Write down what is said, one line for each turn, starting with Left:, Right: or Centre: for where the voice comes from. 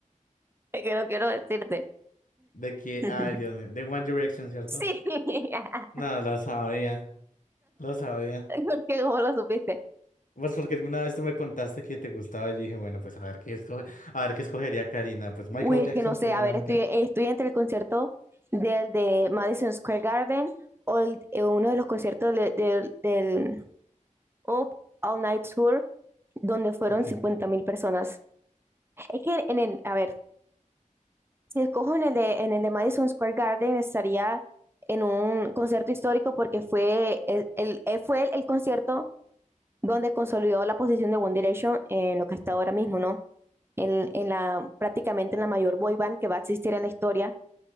Right: Es que no quiero decirte.
Left: De que,
Right: <laughs>
Left: ay, Dios mío, de One Direction, ¿cierto?
Right: Sí, <laughs>
Left: No, lo sabía, lo sabía.
Right: porque cómo lo supiste.
Left: Pues porque alguna vez tú me contaste que te gustaba, yo dije, bueno, pues a ver qué escoge, a ver qué escogería Karina. Pues Michael
Right: Uy,
Left: Jackson
Right: es que no sé,
Left: primeramente.
Right: a ver, estoy, estoy entre el concierto del de Madison Square Garden o el- eh, uno de los conciertos de, o All Night Tour, donde fueron
Left: Ok.
Right: 50.000 personas. Es que en el, a ver, si escojo en el de, en el de Madison Square Garden, estaría en un concierto histórico porque fue el, el- eh, fue el, el concierto donde consolidó la posición de One Direction en lo que está ahora mismo, ¿no? En, en la, prácticamente en la mayor boy band que va a existir en la historia.